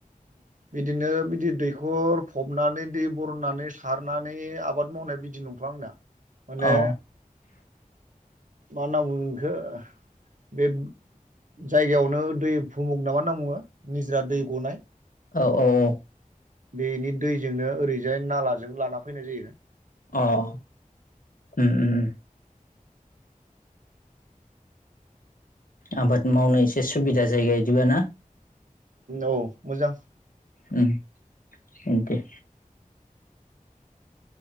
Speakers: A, on the right (about 65°); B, on the left (about 75°).
A: बिदिनो बिदि दैखर फबनानै दै बरनानै सारनानै आबाद मावनाय बिदि नंथ'आ आंना माने
B: अ <inaudible>
A: मा होनना बुंगोन बिखो बे जायगायावनो दै भुमुग नामा होनना बुङो निजोरा दै गनाय
B: औ औ औ
A: बेनि दैजोंनो ओरैजाय नालाजों लाना फैनाय जायो।
B: अ ओम ओम आबाद मावनो एसे सुबिदा जायगा इदिबाना
A: औ मोजां
B: उम अखे